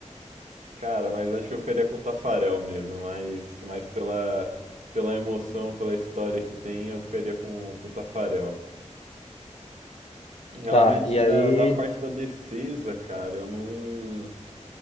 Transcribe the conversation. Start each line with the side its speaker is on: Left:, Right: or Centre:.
Right: Cara, mas acho que eu ficaria com o Tafarel mesmo, mas, mas pela, pela emoção, pela história que tem, eu ficaria com, com o Tafarel. Realmente,
Left: Tá, e
Right: da,
Left: aí.
Right: da parte da defesa, cara, eu não,